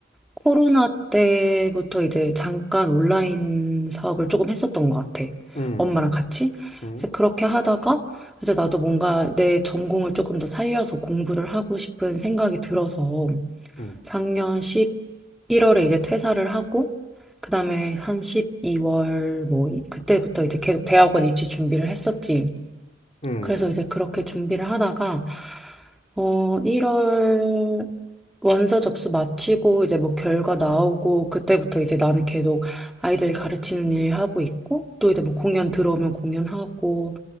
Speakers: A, in the centre; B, on the left.
A: 코로나 때부터 이제 잠깐 온라인 사업을 조금 했었던 것 같아.
B: 음,
A: 엄마랑 같이.
B: 음,
A: 이제 그렇게 하다가 이제 나도 뭔가 내 전공을 조금 더 살려서 공부를 하고 싶은 생각이 들어서
B: 음,
A: 작년 11월에 이제 퇴사를 하고 그다음에 한 12월 뭐 이- 그때부터 이제 계속 대학원 입시 준비를 했었지.
B: 음,
A: 그래서 이제 그렇게 준비를 하다가 어 1월 원서 접수 마치고 이제 뭐 결과 나오고 그때부터 이제 나는 계속 아이들 가르치는 일 하고 있고 또 이제 뭐 공연 들어오면 공연하고